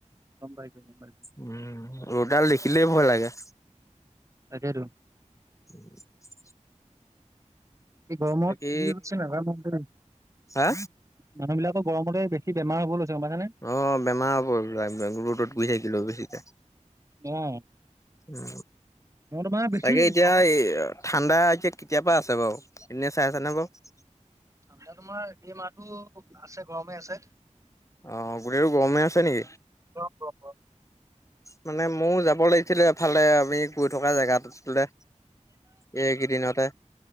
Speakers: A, on the right; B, on the left.
A: গম পাইছোঁ গম পাইছোঁ।
B: উম ৰ'দডাল দেখিলেই ভয় লাগে
A: তাকেই তো
B: <unintelligible>
A: এই গৰমত
B: বাকী
A: কি হৈছে নাজানো দেই
B: হা
A: মানুহ বিলাকৰ গৰমতে বে কি বেমাৰ হ'ব লৈছে গম পাইছাঁ নাই।
B: অ বেমাৰ <inaudible> <inaudible> বেছিকে
A: অ'
B: উ
A: মই তোমাৰ বেছি
B: তাকে এতিয়া
A: গৰমত
B: এই ঠাণ্ডা এতিয়া কেতিয়াপা আছে বাৰু এনেই চাই আছানে বাৰু
A: ঠাণ্ডা তোমাৰ এই মাহটো আছে গৰমে আছে।
B: অ গোটেইটো গৰমে আছে নেকি?
A: গৰম গৰম গৰম।
B: মানে মইয়ো যাব লাগিছিলে এফালে আমি গৈ থকা জেগা তোলে। এই কিদিনতে